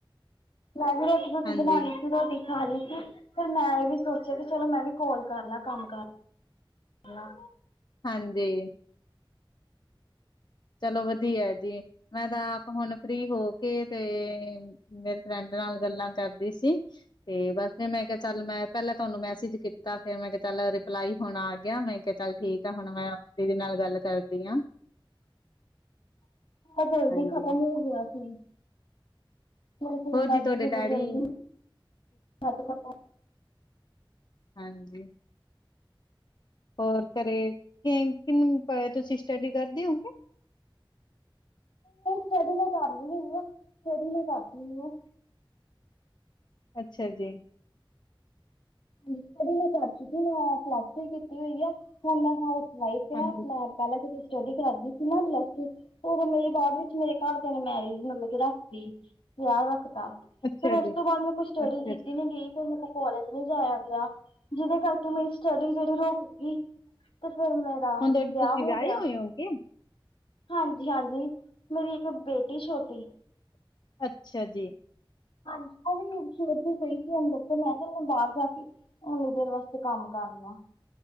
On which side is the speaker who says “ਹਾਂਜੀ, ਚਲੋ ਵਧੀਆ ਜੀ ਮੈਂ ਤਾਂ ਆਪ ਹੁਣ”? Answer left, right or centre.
Left